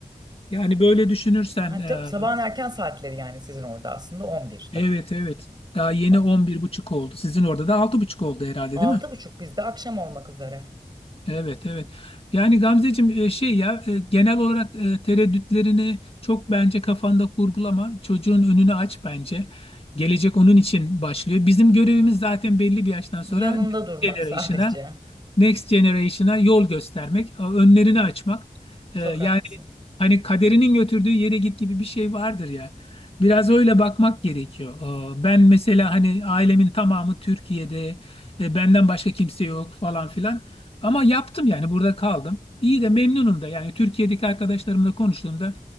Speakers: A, on the left (about 40°); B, on the right (about 30°).
A: Yani böyle düşünürsen
B: Hani
A: e,
B: tab- sabahın erken saatleri yani sizin orada aslında 11 daha.
A: evet evet daha yeni
B: Bak,
A: 11 buçuk oldu. Sizin orada da 6 buçuk oldu herhalde
B: Altı
A: değil mi?
B: buçuk bizde akşam olmak üzere.
A: Evet evet. Yani Gamzeciğim e, şey ya e, genel olarak e, tereddütlerini çok bence kafanda kurgulama. Çocuğun önünü aç bence. Gelecek onun için başlıyor. Bizim görevimiz zaten belli bir yaştan
B: Yanında
A: sonra next
B: durmak
A: generation'a
B: sadece.
A: Next Generation'a yol göstermek, e, önlerini açmak. Ee,
B: Çok
A: yani
B: haklısın.
A: hani kaderinin götürdüğü yere git gibi bir şey vardır ya. Biraz öyle bakmak gerekiyor. Ee, ben mesela hani ailemin tamamı Türkiye'de, e, benden başka kimse yok falan filan. Ama yaptım yani burada kaldım. İyi de memnunum da yani Türkiye'deki arkadaşlarımla konuştuğumda